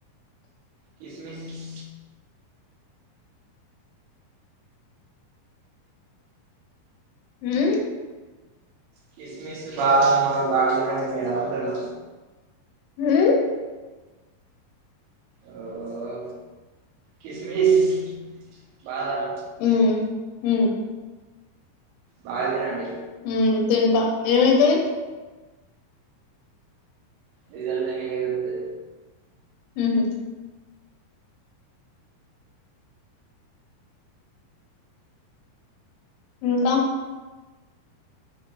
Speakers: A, on the right (about 80°); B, on the left (about 80°).
A: కిస్మిస్
B: ఉమ్
A: క్రిస్మిస్, బాదం అవి బాగా తినండి మేడం అంటున్న
B: హుం
A: అహో కిస్మిస్ బాదం
B: ఉమ్, ఉమ్
A: బాగ తినండి
B: ఉమ్. తింటా ఏమైతది
A: రిజల్ట్ మీకే తెలుస్తది
B: ఉహు ఇంకా